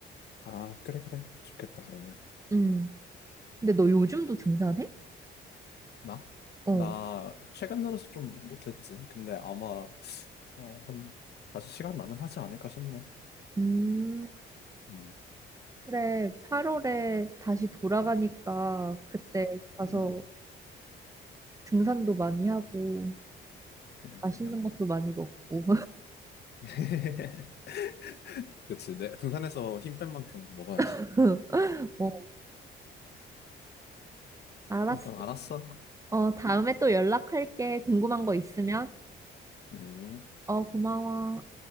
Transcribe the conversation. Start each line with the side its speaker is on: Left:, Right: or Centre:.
Left: 아, 그래, 그래. 좋겠다, 그러면.
Right: 음. 근데 너 요즘도 등산해?
Left: 나?
Right: 어.
Left: 나 최근 들어서 좀 못했지. 근데 아마 어, 한 다시 시간 나면 하지 않을까 싶네.
Right: 음,
Left: 음,
Right: 그래. 8월에 다시 돌아가니까 그때 가서
Left: 음,
Right: 등산도 많이 하고
Left: 그려,
Right: 맛있는
Left: 그려.
Right: 것도 많이 먹고.
Left: <laughs> 그치. 내 등산에서 힘 뺀 만큼 먹어야지.
Right: <laughs> 어, 알았어.
Left: 일단 알았어.
Right: 어, 다음에 또 연락할게. 궁금한 거 있으면.
Left: 음.
Right: 어, 고마워.